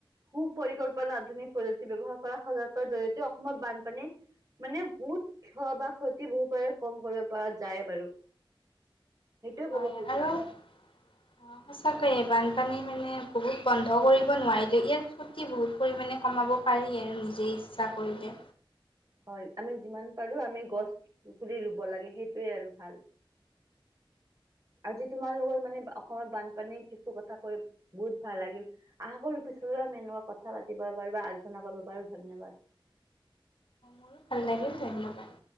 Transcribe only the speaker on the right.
সু পৰিকল্পনা আধুনিক প্ৰযুক্তি ব্যৱহাৰ কৰা সজাগৰ জৰিয়তে অসমৰ বানপানী মানে বহুত ক্ষ বা ক্ষতি বহু পাৰে কম কৰিব পৰা যায় বাৰু। সেইটোয়ে
ক'ব খুজো
হয়, আমি যিমান পাৰোঁ আমি গছ পুলি ৰুব লাগে সেইটোৱে আৰু ভাল। আজি তোমাৰ লগত মানে অসমত বানপানীৰ কিছু কথা কৈ বহুত ভাল লাগিল। আশা কৰোঁ পিছলওঁ আমি এনেকুৱা কথা পাতিব পাৰোঁ বা আলোচনা কৰিব পাৰোঁ, ধন্যবাদ।